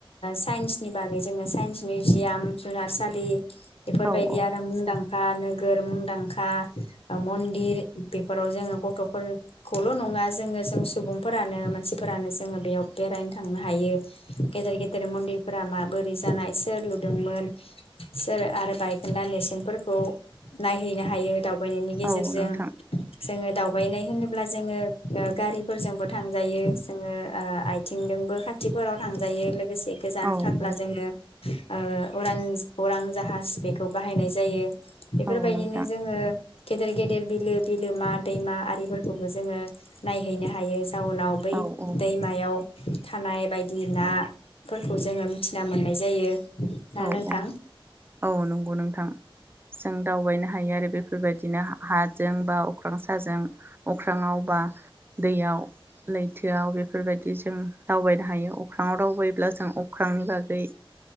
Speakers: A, on the left; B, on the right.
A: साइन्सनि बागै जोंङो साइन्स मिउजियाम जुनारसालि बेफोर
B: औ
A: बायदि
B: औ
A: आरो मुदां खा नोगोर मुंदांखा ओ मन्दिर बेफोराव जोङो गथ'फोरखौल' नङा जोङो जों सुबुंफोरानो मानसिफोरानो जोङो बेयाव बेरायनो थांनो हायो गेदेर गेदेर मन्दिरफोरा माबोरै जानाय सोर लुदोंमोन सोर आरो बायखोन्दा नेरसोनफोरखौ नायहैनो हायो दावबायनायनि गेजेरजों
B: औ नोंथां
A: जोङो दावबायनाय होनोब्ला जोङो ओ गारिफोरजोंबो थांजायो जोङो ओ आथिंजोंबो खाथिफोराव थांजायो लो लोगोसे गोजान
B: औ
A: थारब्ला
B: औ
A: जोंङो अरां अरां जाहाज बेखौ बाहायनाय जायो। बेफोर
B: औ
A: बायदिनो
B: नोंथां
A: जोङो गेदेर गेदेर बिलो बिलोमा दैमा आरिफोरखौबो जोङो नायहैनो हायो। जाउनाव बै
B: औ औ
A: दैमायाव थानाय बायदि ना फोरखौ जोङो मिथिना मोननाय जायो। ना
B: औ
A: नोंथां
B: औ औ नंगौ नों थां जों दावबायनो हायो आरो बेफोरबायद बिदिनो हाजों बा अख्रां साजों। अख्रांआव बा दैयाव। लैथोआव बेफोरबायदि जों दावबायनो हायो अख्राङाव दावबायायोब्ला जों अख्रांनि बागै